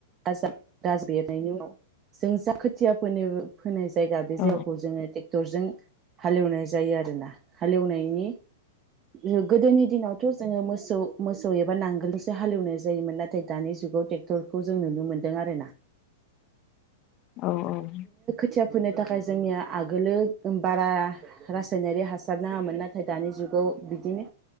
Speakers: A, on the right; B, on the left.
A: गाजा गाज बेर नायनि उनाव जों जा खोथिया फ फोनो फोनाय जायगा बे
B: औ
A: जायगाखौ जोङो टेक क्टरजों हालेवनाय जायो आरोना‌। हालेवनायनि ओ गोदोनि दिनावथ' जोङो मोस मोसौ-मोसौ एबा नांगोलजोंसो हालेवनाय जायोमोन नाथाय दानि जुगाव टेक्टरखौ जों नुनो मोनदों आरोना।
B: औ औ।
A: थिया फोनो थाखाय जोंनिया आगोलो गोम बारा रासायनारि हासार नाङामोन न नाथाय दानि जुगाव बिदिनो